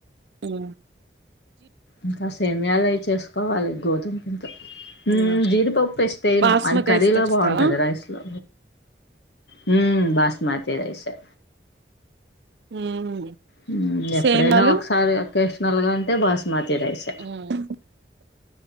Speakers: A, on the right; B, on the left.
A: హుమ్
B: ఇంక సేమ్యాల్ అయి చేస్ కోవాలి గోధుమ్ హుమ్మ్
A: ఉమ్
B: జీడిపప్ పేస్ట్ ఎయైను
A: బాస్మతి
B: అది కర్రీలో
A: రైస్ తో చేస్తావా
B: బాగుంటది రైస్ లో హూమ్మ్ బాస్మతి రైస్ ఎ
A: ఉమ్
B: హుమ్ ఎప్పుడైన
A: సేమలు
B: ఒకసారి ఒకేషనల్ గా అంటే బాస్మతి తిరేశ
A: ఉమ్